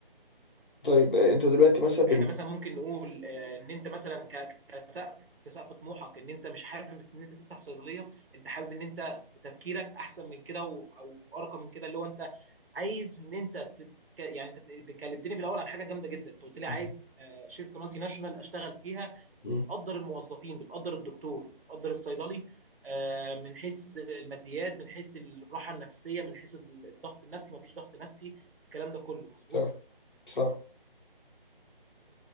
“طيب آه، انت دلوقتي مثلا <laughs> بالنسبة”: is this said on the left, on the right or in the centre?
Left